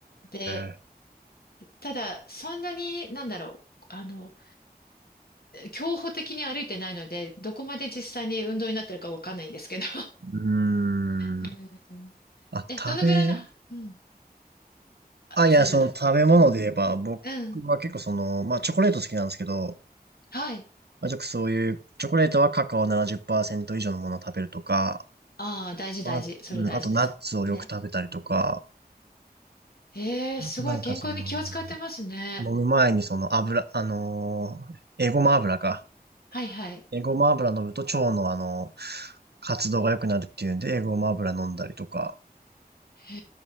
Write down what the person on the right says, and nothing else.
え
ー。うー
ん。
あ、
食べ、
あ、いや、
その食べ物で言えば、
僕は結構その、
まあチョコレート好きなんですけど、
まあちょっとそういう、チョコレートはカカオ70%以上のものを食べるとか、
まあ、
うん、あとナッツをよく食べたりとか、
なんかその、飲む前にその油、あのー、エゴマ油か。
エゴマ油飲むと腸のあの、活動が良くなるっていうんで、エゴマ油飲んだりとか、